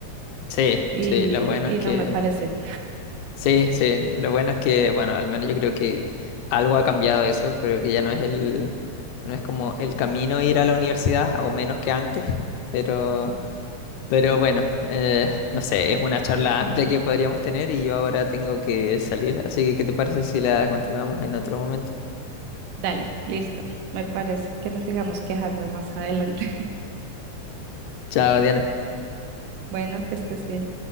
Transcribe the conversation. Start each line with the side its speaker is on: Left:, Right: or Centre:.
Left: Sí,
Right: y,
Left: sí, lo bueno
Right: y
Left: es que,
Right: no me parece.
Left: sí, sí, lo bueno es que, bueno, al menos yo creo que algo ha cambiado eso, creo que ya no es el, no es como el camino ir a la universidad, o menos que antes, pero... Pero bueno, eh, no sé, es una charla amplia que podríamos tener y yo ahora tengo que salir, así que ¿qué te parece si la continuamos en otro momento?
Right: Dale, listo. Me parece que nos sigamos quejando más adelante. <laughs>
Left: Chao, Diana.
Right: Bueno, que estés bien.